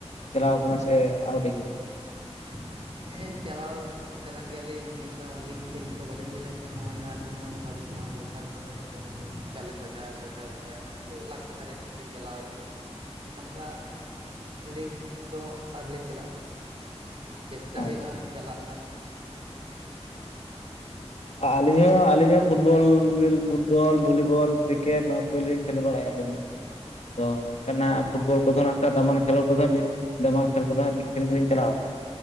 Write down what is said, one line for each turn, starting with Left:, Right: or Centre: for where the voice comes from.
Left: ᱪᱟᱞᱟᱣ ᱠᱟᱱᱟ ᱥᱮ ᱟᱹᱣᱨᱤ ᱜᱮ?
Right: <inaudible> ᱦᱮᱸ ᱪᱟᱞᱟᱣ ᱠᱟᱱᱟ ᱜᱮᱭᱟᱞᱤᱧ ᱚᱱᱠᱟ ᱞᱤᱜᱽ ᱠᱷᱮᱞ ᱠᱚᱫᱚ ᱵᱟᱹᱞᱤᱧ ᱧᱮᱞᱮᱫ ᱠᱟᱱᱟ ᱱᱚᱣᱟ ᱡᱟᱦᱟᱸᱼᱼ ᱴᱩᱨᱱᱟᱢᱮᱱᱴ ᱟᱵᱚ ᱱᱚᱣᱟ ᱞᱳᱠᱟᱞ ᱠᱚᱨᱮ ᱦᱩᱭᱩᱜ-ᱟ ᱡᱮᱢᱚᱱ ᱪᱚᱞᱞᱤᱥ ᱦᱟᱡᱟᱨ ᱯᱚᱪᱟᱥ ᱦᱟᱡᱟᱨ ᱢᱟᱱᱮ ᱢᱤᱫ ᱞᱟᱠᱮ ᱫᱷᱟᱨᱤᱡ ᱤᱧ ᱪᱟᱞᱟᱣ ᱦᱮᱸᱡ ᱟᱠᱟᱱᱟ᱾
Left: <inaudible>
Right: ᱱᱚᱝᱠᱟ ᱞᱤᱜᱽ ᱫᱚ ᱟᱹᱣᱨᱤᱞᱤᱧ ᱪᱟᱞᱟᱜ-ᱟ ᱦᱟᱸᱜ᱾ ᱪᱮᱥᱴᱟ
Left: ᱟᱪᱪᱷᱟ
Right: ᱦᱩᱭᱩᱜ-ᱟ ᱪᱟᱞᱟᱜ ᱨᱮᱱᱟᱜ᱾
Left: ᱟᱹᱞᱤᱧ ᱦᱚᱸ ᱟᱹᱞᱤᱧ ᱦᱚᱸ ᱯᱷᱩᱴᱵᱚᱞ ᱯᱷᱩᱴᱵᱚᱞ, ᱵᱷᱚᱞᱤᱵᱚᱞ, ᱠᱨᱤᱠᱮᱴ ᱱᱚᱣᱟ ᱠᱚᱜᱮᱞᱤᱧ ᱠᱷᱮᱞ ᱵᱟᱲᱟᱭᱟ ᱟᱹᱞᱤᱧ ᱦᱚᱸ᱾ ᱫᱚ ᱚᱱᱠᱟᱱᱟᱜ ᱯᱷᱩᱴᱵᱚᱞ ᱠᱚᱫᱚ ᱱᱟᱜ ᱚᱱᱠᱟ ᱫᱟᱢᱟᱱ ᱠᱷᱮᱞᱳᱸᱰ ᱠᱚᱫᱚ ᱢᱤᱫᱼᱼ ᱫᱟᱢᱟᱞ ᱠᱷᱮᱞ ᱠᱚᱫᱚ ᱦᱟᱸ ᱢᱤᱫᱷᱮᱱ ᱜᱮᱞᱤᱧ ᱪᱟᱞᱟᱣ ᱠᱟᱱᱟ᱾